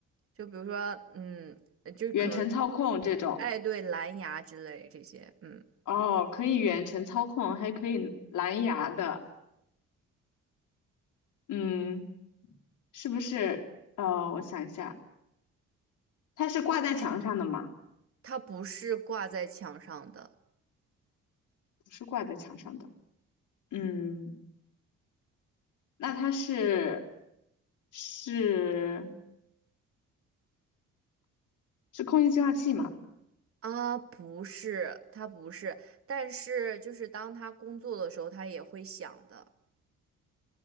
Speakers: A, on the right; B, on the left.
A: 就比如说嗯，呃就可能
B: 远程操控这种。
A: 哎对蓝牙之类这些，嗯，
B: 哦，可以远程操控，还可以蓝牙的。嗯，是不是？呃，我想一下，它是挂在墙上的吗？
A: 它不是挂在墙上的。
B: 不是挂在墙上的。嗯，那它是是是空气净化器嘛？
A: 啊，不是，他不是，但是就是当他工作的时候，他也会响的，